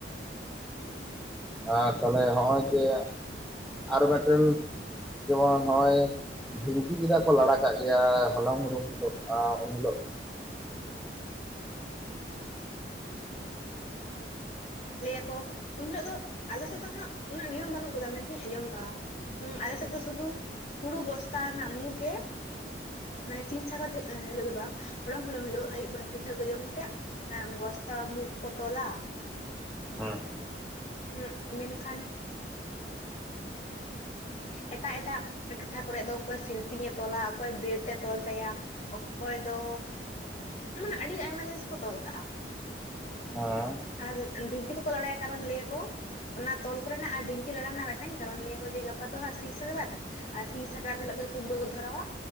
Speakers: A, in the centre; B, on the left (about 45°).
A: ᱟᱨ ᱛᱟᱦᱞᱮ ᱱᱚᱜᱼᱚᱭ ᱡᱮ ᱟᱨ ᱢᱤᱫᱴᱮᱱ ᱡᱮᱢᱚᱱ ᱱᱚᱜᱼᱚᱭ ᱰᱷᱤᱝᱠᱤ ᱪᱮᱫᱟᱜ ᱠᱚ ᱞᱟᱲᱟ ᱠᱟᱜ ᱜᱮᱭᱟ ᱦᱚᱞᱚᱝ ᱦᱩᱲᱩᱝ ᱦᱤᱞᱳᱜᱼᱟ ᱩᱱ ᱦᱤᱞᱳᱜ <inaudible>
B: ᱞᱟᱹᱭᱟᱠᱚ ᱩᱱ ᱦᱤᱞᱳᱜ ᱫᱚ ᱟᱞᱮ ᱥᱮᱫ ᱫᱚ ᱦᱟᱸᱜ ᱩᱱᱟᱹᱜ ᱱᱤᱭᱚᱢ ᱵᱟᱹᱱᱩᱜ ᱠᱟᱫᱟ ᱢᱮᱱᱠᱷᱟᱱ ᱤᱧ ᱟᱸᱡᱚᱢ ᱟᱠᱟᱜᱼᱟ᱾ ᱦᱩᱸ ᱟᱞᱮ
A: ᱦᱮᱸ
B: ᱥᱮᱫ ᱫᱚ ᱥᱩᱫᱷᱩ ᱦᱩᱲᱩ ᱵᱚᱥᱛᱟ ᱨᱮᱱᱟ ᱢᱩ ᱜᱮ ᱢᱟᱱᱮ ᱥᱤᱧ ᱥᱟᱠᱨᱟᱛ ᱦᱤᱞᱳᱜ ᱫᱚ ᱵᱟᱝ ᱦᱚᱞᱚᱝ ᱦᱩᱲᱩᱝ ᱦᱤᱞᱳᱜ ᱟᱹᱭᱩᱵ ᱵᱮᱲᱟ ᱯᱤᱴᱷᱟᱹ ᱠᱚ ᱡᱚᱢ ᱠᱟᱛᱮ ᱵᱚᱥ ᱢᱩᱠ ᱠᱚ ᱛᱚᱞᱟ
A: ᱦᱮᱸ
B: ᱦᱩᱸ ᱢᱮᱱᱠᱷᱟᱱ ᱮᱴᱟᱜ ᱮᱴᱟᱜ ᱴᱚᱴᱷᱟ ᱠᱚᱨᱮ ᱫᱚ ᱚᱠᱚᱭ ᱥᱤᱞᱯᱤᱧ ᱮ ᱛᱚᱞᱟ ᱚᱠᱚᱭ ᱵᱮᱴ ᱮ ᱛᱚᱞ ᱛᱟᱭᱟ ᱚᱠᱚᱭ ᱫᱚ ᱢᱟᱱᱮ ᱟᱹᱰᱤ ᱟᱭᱢᱟ ᱡᱤᱱᱤᱥ ᱠᱚ ᱛᱚᱞ ᱠᱟᱜᱼᱟ᱾
A: ᱦᱟᱸ
B: ᱟᱨ ᱰᱷᱤᱝᱠᱤ ᱫᱚᱠᱚ ᱞᱟᱲᱟᱭᱟ ᱠᱟᱨᱚᱱ ᱞᱟᱹᱭᱟᱠᱚ ᱚᱱᱟ ᱛᱚᱞ ᱠᱚᱨᱮᱱᱟᱜ ᱟᱨ ᱰᱷᱤᱝᱠᱤ ᱨᱟᱲᱟ ᱨᱮᱱᱟᱜ ᱢᱤᱫᱴᱟᱝ ᱠᱟᱨᱚᱱ ᱞᱟᱹᱭᱟᱠᱚ ᱡᱮ ᱜᱟᱯᱟ ᱫᱚ ᱦᱟᱸᱜ ᱥᱤ ᱥᱟᱠᱨᱟᱛ ᱟᱨ ᱥᱤᱝᱥᱟᱠᱨᱟᱛ ᱦᱤᱞᱚᱜ ᱜᱮ ᱠᱩᱢᱵᱷᱟᱹ ᱠᱚ ᱫᱷᱚᱨᱟᱣᱟ